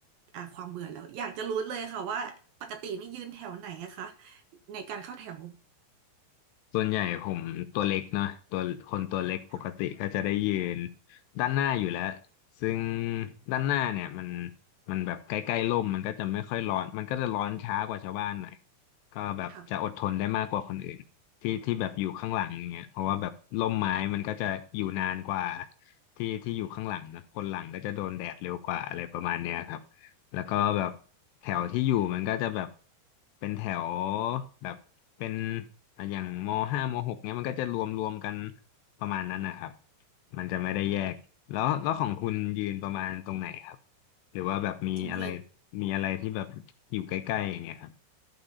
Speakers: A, on the right; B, on the left.
A: อ่าความเบื่อแล้วอยากจะรู้เลยค่ะว่าปกตินี่ยืนแถวไหนอะคะในการเข้าแถว
B: ส่วนใหญ่ผมตัวเล็กเนาะตัวคนตัวเล็กปกติก็จะได้ยืน
A: ค่ะ
B: ด้านหน้าอยู่แล้วซึ่งด้านหน้าเนี่ยมันมันแบบใกล้ๆร่มมันก็จะไม่ค่อยร้อนมันก็จะร้อนช้ากว่าชาวบ้านหน่อยก็แบบจะอดทนได้มากกว่าคนอื่นที่ที่แบบอยู่ข้างหลังอย่างเงี้ยเพราะว่าแบบร่มไม้มันก็จะอยู่นานกว่า
A: ค่ะ
B: ที่ที่อยู่ข้างหลังนะคนหลังก็จะโดนแดดเร็วกว่าอะไรประมาณเนี้ยครับ แล้วก็แบบแถวที่อยู่มันก็จะแบบเป็นแถวแบบเป็นอ่ะอย่างมห้ามหกเนี้ยมันก็จะรวมรวมกันประมาณนั้นนะครับมันจะไม่ได้แยกแล้วแล้วของคุณยืนประมาณตรงไหนครับหรือว่าแบบมีอะไร
A: จริงๆ
B: มีอะไรที่แบบอยู่ใกล้ๆอย่างเงี้ยครับ